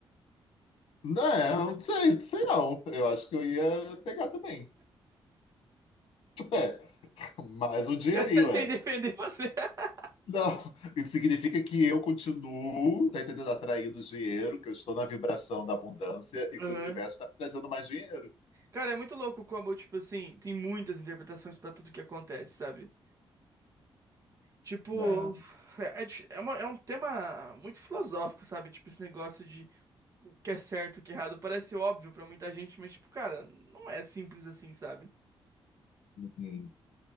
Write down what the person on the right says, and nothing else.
<laughs>
Eu tentei
defender você. <laughs>
Aham.
Cara, é muito louco como, tipo assim, tem muitas interpretações pra tudo que acontece, sabe? Tipo,
é, é dif- é uma- é um tema muito filosófico, sabe? Tipo, esse negócio de o que é certo, o que é errado, parece óbvio pra muita gente, mas, tipo, cara, não é simples assim, sabe?